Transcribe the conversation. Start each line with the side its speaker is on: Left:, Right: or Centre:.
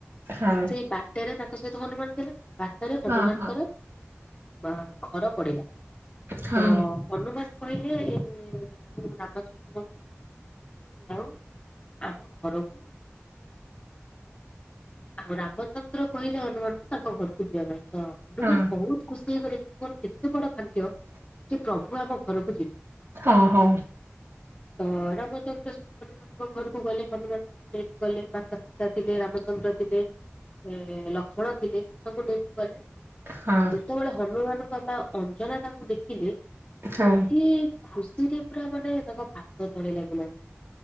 Right: ହଁ
Left: ସେଇ ବାଟରେ ତାଙ୍କ ସହିତ ହନୁମାନ ଥିଲେ। ବାଟରେ ହନୁମାନଙ୍କର
Right: ହଁ।
Left: ବା ଘର ପଡିଲା।
Right: ହଁ
Left: ତ ହନୁମାନ କହିଲେ ଆଉ ରାମଚନ୍ଦ୍ର ଙ୍କୁ <unintelligible> ଆମ ଘରକୁ ଆଉ ରାମଚନ୍ଦ୍ର କହିଲେ ହନୁମାନ କୁ ତାଙ୍କ ଘରକୁ ଯିବା ପାଇଁ। ତ ହନୁମାନ
Right: ହଁ ହଁ
Left: ବହୁତ ଖୁସି ସେ ବୋଲେ କି ମୋର କେତେ ବଡ ଭାଗ୍ୟ ଯେ ପ୍ରଭୁ ଆମ ଘରକୁ ଯିବେ।
Right: ହଉ ହଉ।
Left: ତ ରାମଚନ୍ଦ୍ର ସେଠୁ ହନୁମାନଙ୍କ ଘରକୁ ଗଲେ ହନୁମାନ ସେଠୁ ନେଇକି ଗଲେ ମାତା ସିତା ଥିଲେ ରାମଚ ଚନ୍ଦ୍ର ଥିଲେ ଏ ଲକ୍ଷ୍ମଣ ଥିଲେ ତାଙ୍କୁ ନେଇକି ଗଲେ।
Right: ହଁ
Left: ଯେତେବେଳେ ହନୁମାନଙ୍କ ବା ଅଞ୍ଜନା ତାଙ୍କୁ ଦେଖିଲେ
Right: ହଁ ହଁ
Left: କି ଖୁସିରେ ପୁରା ମାନେ ତାଙ୍କ ପାଦ ତଳେ ଲାଗିଲାନି।